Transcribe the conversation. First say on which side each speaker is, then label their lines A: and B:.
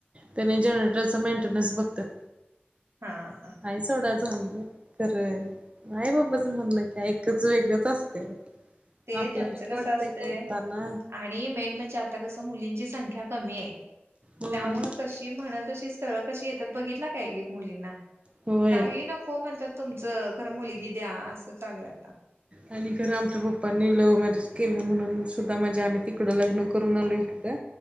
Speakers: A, on the right; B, on the right.
A: त्यांनी जनरेटरचा मेंटेनन्स बगत्यात.
B: हा हां
A: हाय सोडा चांगल खरं आई बाबाचं म्हणणं कायं एकच वेगळच असतयं व्ह
B: ते
A: आपल्याना
B: त्यांचं
A: एक वाटतंय
B: कसं असतंय
A: करताना
B: आणि मेन म्हणजे आता कस मुलींची संख्या कमी आहे
A: होय
B: त्यामुळे कशी ती म्हणल तशी स्थळ कशी येतात बघितला काय एक एक मुलींना
A: होय.
B: काही नको म्हणतात तुमचं खर मुलगी द्या असं चालू हाय आता
A: आणि खरं आमच्या पप्पांनी लव मॅरज केल म्हणून सुद्धा माझ्या आम्ही तिकडं लग्न करून आलोयं